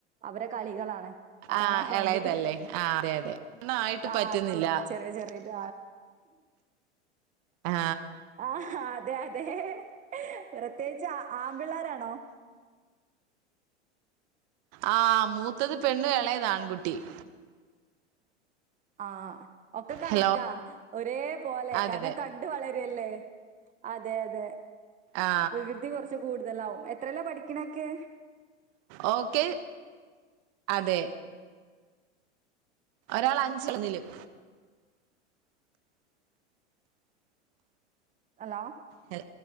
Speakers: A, on the right; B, on the right.
A: അവരെ കളികളാണ് അതാണ്
B: ആഹ്
A: ആ സൗണ്ട്.
B: ഇളയതല്ലേ ആ അതെ അതെ ഒന്നായിട്ട്
A: ആ
B: പറ്റുന്നില്ല
A: ചെ ചെറിയ ചെറിയത്
B: ആ
A: ആഹ് ആ അതെ അതെ പ്രത്യേകിച്ച് അ ആമ്പിള്ളേരാണോ
B: ആ മൂത്തത് പെണ്ണും ഇളയത് ആൺകുട്ടിയും
A: ആഹ് ഒക്കെ കണക്കാ
B: ഹലോ
A: ഒരേ പോലെ
B: അതെ
A: കാരണം
B: അതെ
A: കണ്ട് വളര് അതെയല്ലേ അതെ അതെ
B: ആ
A: വികൃതി കുറച്ച് കൂ കൂടുതലാവും എത്രേലാ പഠിക്കണയൊക്കെ
B: ഓക്കെ അതെ ഒരാൾ അഞ്ചിൽ ഒന്നിലും
A: ഹലോ
B: ഹൽ